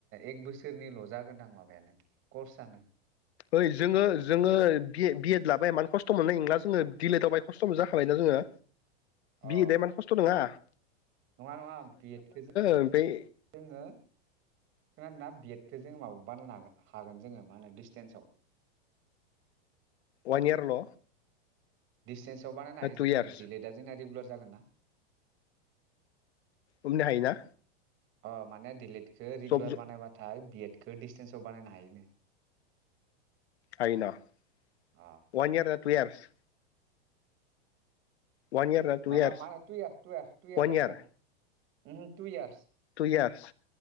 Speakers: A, on the right; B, on the left.
A: एक बोसोरनिल' जागोनदां माबायानो कर्सानो
B: ओय जोङो जोङो बिए बिएड लाबा इमान खस्थ' मोननाय नोंला जोङो दिलेदाव बाहाय खस्थ'नो जाखाबाय ना जोङो
A: अ
B: बिएदा एमान खस्थ' नोङा
A: नङा नङा बिएदखो जो
B: ओमफ्राय
A: जोङो खोनादोना बिएद खो जोङो माबा बानायनो हागोन जोङो मा होनो डिस्टेन्सआव
B: वान इयारल'
A: दिसटेनस आव बानायनो हायो
B: टु
A: जोंङो
B: इयार्स
A: दियेदलेदा जोंना रेगुलार जाबाय जागोनना?
B: हमनो हायोना?
A: अ माने दियेलेट खो रेगुलार
B: जब
A: बानायबाथाय बिएद बेखौ डिसटेन्साव बानायनो हायोनो
B: हायोना अवान
A: अ
B: इयार ना टुइयारस वान इयार ना टु
A: माबा
B: इयार्स
A: माहोनो टुइयार टुइयार
B: वान
A: जागोन
B: इयार
A: दां उमहो टुइयारस
B: टुइयारस